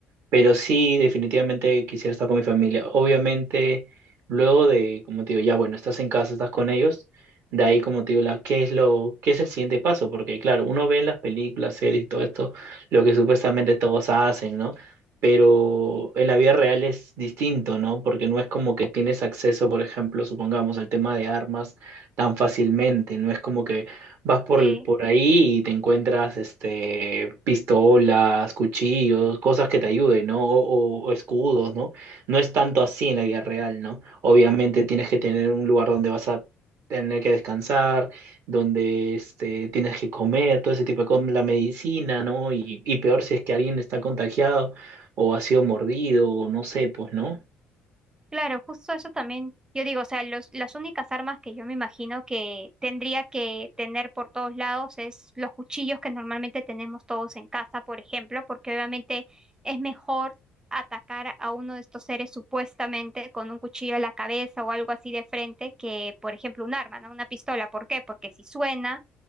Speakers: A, on the right (about 65°); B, on the right (about 15°).
A: Pero sí, definitivamente quisiera estar con mi familia. Obviamente, luego de, como te digo, ya bueno, estás en casa, estás con ellos, de ahí, como te digo, la, ¿qué es lo, qué es el siguiente paso? Porque claro, uno ve en las películas, series y todo esto, lo que supuestamente todos hacen, ¿no? Pero en la vida real es distinto, ¿no? Porque no es como que tienes acceso, por ejemplo, supongamos, al tema de armas tan fácilmente, no es como que Vas por,
B: Sí.
A: el- por ahí y te encuentras este, pistolas, cuchillos, cosas que te ayuden, ¿no? O, o- o escudos, ¿no? No es tanto así en la vida real, ¿no? Obviamente tienes que tener un lugar donde vas a tener que descansar, donde este, tienes que comer, todo ese tipo de cosas, la medicina, ¿no? Y, y peor si es que alguien está contagiado o ha sido mordido o no sé, pues, ¿no?
B: Claro, justo eso también, yo digo, o sea, los, las únicas armas que yo me imagino que tendría que tener por todos lados es los cuchillos que normalmente tenemos todos en casa, por ejemplo, porque obviamente es mejor atacar a uno de estos seres supuestamente con un cuchillo a la cabeza o algo así de frente que, por ejemplo, un arma, ¿no? Una pistola. ¿Por qué? Porque si suena